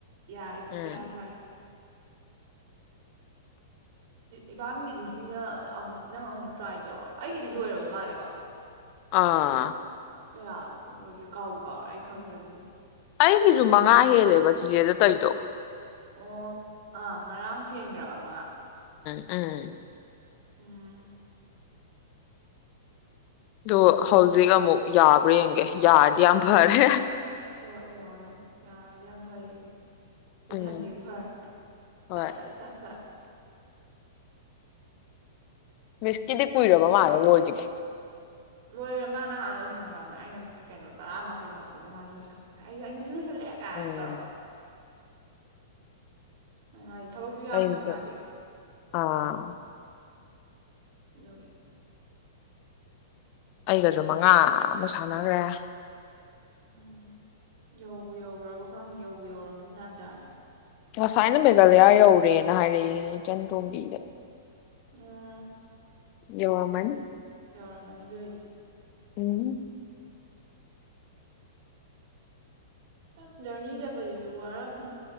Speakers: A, on the right; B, on the left.
A: ꯌꯥꯔꯤꯁꯤꯗꯤ
B: ꯎꯝ
A: ꯌꯥꯝ ꯐꯔꯦ ꯏꯕꯥꯕꯤꯒꯤꯗꯤ ꯁꯤꯅ ꯑꯃꯨꯛ ꯅꯪ ꯑꯃꯨꯛ ꯇ꯭ꯔꯥꯏ ꯇꯧꯔꯣ ꯑꯩꯒꯤꯗꯤ ꯂꯣꯏꯔꯕ ꯃꯥꯜꯂꯦꯀꯣ
B: ꯑꯥ
A: ꯀꯌꯥ ꯁꯨꯈꯒꯦ ꯀꯥꯎꯕ ꯀꯥꯎꯔ ꯑꯩ ꯈꯪꯗ꯭ꯔ
B: ꯑꯩꯒꯤꯁꯨ ꯃꯉꯥ ꯍꯦꯜꯂꯦꯕ ꯆꯤꯆꯦꯗ ꯇꯩꯗꯣ
A: ꯑꯥ ꯑꯥ ꯉꯔꯥꯡ ꯍꯦꯟꯈ꯭ꯔꯕ ꯃꯉꯥ
B: ꯑꯝ
A: ꯎꯝ
B: ꯑꯣ ꯍꯧꯖꯤꯛ ꯑꯃꯨꯛ ꯌꯥꯕ꯭ꯔꯥ ꯌꯦꯡꯒꯦ ꯌꯥꯔꯗꯤ ꯌꯥꯝ ꯐꯔꯦ
A: ꯍꯣꯏ ꯌꯦꯡꯉꯣ ꯌꯦꯡꯉ ꯌꯥꯔꯒꯗꯤ ꯌꯥꯝ ꯐꯩ ꯀꯅꯤ ꯂꯣꯏꯁꯪꯒꯦꯝꯦꯝ
B: ꯎꯝ
A: ꯐꯔ
B: ꯍꯣꯏ
A: ꯁꯠ ꯁꯠ ꯁꯠ ꯁꯠ
B: ꯃꯤꯁꯀꯤꯗꯤ ꯀꯨꯏꯔꯕ ꯃꯥꯜꯂꯦ ꯂꯣꯏꯈꯤꯅꯦ
A: ꯂꯣꯏꯔꯦ ꯃꯥꯅ ꯍꯥꯟ ꯂꯣꯏꯁꯟꯈ꯭ꯔꯕꯅꯦ ꯑꯩꯅ ꯀꯩꯅꯣ ꯇꯔꯥꯃꯥꯊꯣꯏ ꯍꯧꯔꯛꯄꯗ ꯃꯥꯗꯤ ꯂꯣꯏꯁꯟꯈ꯭ꯔꯦ ꯑꯩꯁꯦꯩꯅ ꯈꯦꯂꯦ ꯀꯥ
B: ꯎꯝ
A: ꯇꯔꯃꯗ ꯃꯥꯗꯤ ꯊꯕꯛꯁꯨ ꯌꯥꯝꯃꯤꯗꯅ
B: ꯑꯩꯀ
A: ꯃꯥꯗꯤ
B: ꯑꯥ
A: ꯑꯗꯨꯦ
B: ꯑꯩꯒꯁꯨ ꯃꯉꯥ ꯑꯃ ꯁꯥꯟꯅꯈ꯭ꯔꯦ
A: ꯎꯝ ꯌꯧꯕ ꯌꯧ꯭ꯔꯕ ꯈꯪ ꯌꯧꯕ ꯌꯧꯔꯝꯃꯅꯤ ꯇꯥꯟ ꯆꯥꯔꯅꯤ
B: ꯉꯁꯥꯏꯅ ꯃꯦꯘꯥꯂꯌꯥ ꯌꯧꯔꯦꯅ ꯍꯥꯏꯔꯛꯑꯦ ꯏꯆꯟ ꯇꯣꯝꯕꯤꯗ
A: ꯎꯝ
B: ꯌꯃꯅꯤ
A: ꯌꯧꯔꯝꯃꯅꯤꯗ ꯑꯣꯏꯗꯤ
B: ꯎꯝ
A: ꯑꯁ ꯂꯖꯔꯅꯤ ꯆꯠꯄꯁꯤꯁꯨ ꯋꯥꯔꯝꯅꯤ